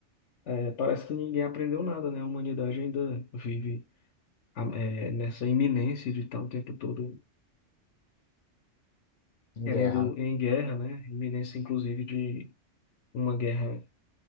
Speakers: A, on the left; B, on the left.
A: é, parece que ninguém aprendeu nada, né? A humanidade ainda vive a- é, nessa iminência de estar o tempo todo
B: em
A: querendo
B: guerra, né?
A: em guerra, né? Iminência, inclusive, de uma guerra